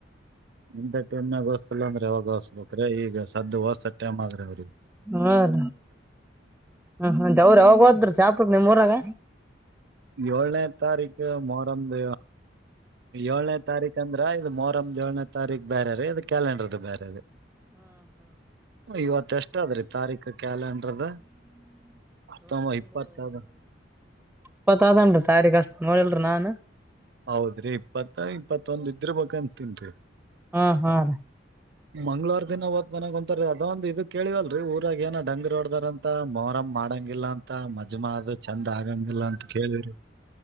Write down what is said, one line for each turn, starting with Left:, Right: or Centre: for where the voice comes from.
Right: ಇಂತಥ ಟೈಮ್ಗಗೋಸ್ಸಲ್ಲ ಅ್ರ ಅವಾಗಸ್ಬೇಕ್ರ ಈಗ ಸದ್ದ ಹ ಹೊಸ್ಸ ಟಮ್ ಆದ್ರೆ ಅವ್ರಿಗೆ
Centre: ಹ್ಮ ರೀ ಹ ದವ್ರ ಯಾವಾಗ ಹೋದ್ರ ಶಾಪ ನಿಮಮ್ಮೂಊರಾಗ
Right: ಏಳನೇ ತಾರೀಕು ಮೊರಮ್ದ ಏಳ್ನೇ ತಾರೀಕ ಅಂದ್ರ ಮೊರಂ ಏಳನೇ ತಾರೀಖ ಬೇರೆ ರೀ ಇದು ಕಾಲಂಡರ್ ಬೇರೆದು, ಇವತ್ತು ಎಷ್ಟಾದ್ರೀ ತಾರೀಕು ಕ್ಯಾಲೆಂಡರ್ದ ಹತ್ತು, ಒಂಬತ್ತು, ಇಪ್ಪತ್ತು ಇದೆ
Centre: ಇಪ್ಪತ್, ಅದುನ್ರೀ, ತಾರೀಕು ಅಷ್ಟು, ನೋಡಿಲ್ರರಿ ನಾನ್!
Right: ಹೌದ್ರಿ, ಇಪ್ಪತ್ತು ಇಪತ್ಯೊಂದು! ಇದ್ರ ಬೇಕು ಅಣುತಿನಿರಿ
Centre: ಹಾಹಾ, ರಿ.. <inaudible>
Right: ಮಂಗಳವಾರ ದಿನ ಹೋದ, ಮನೆಗೆ, ಹೋದ್ರೆ ಒಂತರ ಕೇಳವಲ್ರರಿ ಊರಾಗ ಏನೋ ಒಂತರ ಹೊಡ್ದಾರಂತ ಮೊರಮ ಮಾಡಂಗಿಲ್ಲ ಅಂತ ಮಜ್ಮರಿ. <inaudible> ಚಂದ ಹಾಗಾಗಿಲ್ಲ, ಅಂತ ಕೇಳಿದ್ರಿ